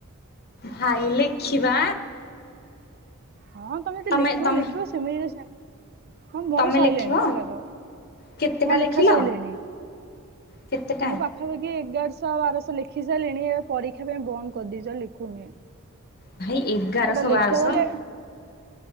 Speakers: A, on the left; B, on the right.
A: ଭାଇ ଲେଖିବା
B: ହଁ ତମେେ
A: ତମେ
B: ଲେଖିବ
A: ତମେ
B: ଲେଖିବ ସେମିତିରେ ହଁ ମୋର
A: ତମେ
B: ସରିଲଣି
A: ଲେଖିବ?
B: ସେଟାକ
A: କେତେଟା
B: ମୋର ଲେଖା
A: ଲେଖିଲ
B: ସହୋଇିଲଣି
A: କେତେଟା?
B: ମୁଁ ପାଖାପାଖି ଏଗାର ବାରଶ ଲେଖି ସାରିଲଣି ଏବେ ପରୀକ୍ଷା ପାଇଁ ବନ୍ଦ କରିଦେଇଛ ଲେଖୁନି
A: ଭାଇ ଏଗାରଶହ
B: ଗୋଟେ ଲେଖିବାକୁ
A: ବାରଶହ
B: ଗଲେ